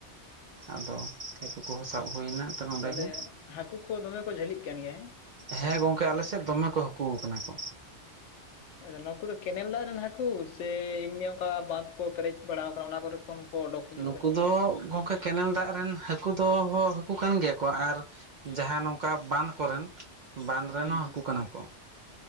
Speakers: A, on the right (about 55°); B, on the left (about 80°).
A: ᱟᱫᱚ
B: ᱟᱪᱪᱷᱟ
A: ᱦᱟᱹᱠᱩ ᱠᱚᱦᱚᱸ ᱥᱟᱵ ᱦᱩᱭᱱᱟ ᱛᱚ ᱱᱚᱸᱰᱮ
B: ᱛᱟᱦᱚᱞᱮ
A: ᱜᱮ
B: ᱦᱟᱹᱠᱩ ᱠᱚ ᱫᱚᱢᱮ ᱠᱚ ᱡᱷᱟᱹᱞᱤᱜ ᱠᱟᱱ ᱜᱮᱭᱟ ᱦᱮᱸ
A: ᱦᱮᱸ ᱜᱚᱝᱠᱮ ᱟᱞᱮᱥᱮᱫ ᱫᱚᱢᱮ ᱠᱚ ᱦᱟᱹᱠᱩ ᱠᱟᱱᱟ ᱠᱚ
B: ᱱᱩᱠᱩ ᱫᱚ ᱠᱮᱱᱮᱞ ᱫᱟᱜ ᱨᱮᱱ ᱦᱟᱹᱠᱩ ᱥᱮ ᱮᱢᱱᱮ ᱚᱱᱠᱟ ᱵᱟᱸᱫᱷ ᱠᱚ ᱯᱮᱨᱮᱡ ᱵᱟᱲᱟ ᱟᱠᱟᱱᱟ ᱚᱱᱟ ᱠᱚᱨᱮ ᱠᱷᱚᱱ ᱠᱚ ᱚᱰᱚᱠ ᱦᱤᱡᱩᱜ
A: ᱱᱩᱠᱩ
B: ᱠᱟᱱᱟ
A: ᱫᱚ ᱜᱚᱝᱠᱮ ᱠᱮᱱᱮᱞ ᱫᱟᱜ ᱨᱮᱱ ᱦᱟᱹᱠᱩ ᱫᱚ ᱦᱚ ᱦᱟᱹᱠᱩ ᱠᱟᱱ ᱜᱮᱭᱟ ᱠᱚ ᱟᱨ ᱡᱟᱦᱟᱸ ᱱᱚᱝᱠᱟ ᱵᱟᱸᱫᱷ ᱠᱚᱨᱮᱱ ᱵᱟᱸᱫᱷ ᱨᱮᱱ
B: ᱦᱩᱸ
A: ᱦᱚᱸ ᱦᱟᱹᱠᱩ
B: ᱦᱩᱸ
A: ᱠᱟᱱᱟ ᱠᱚ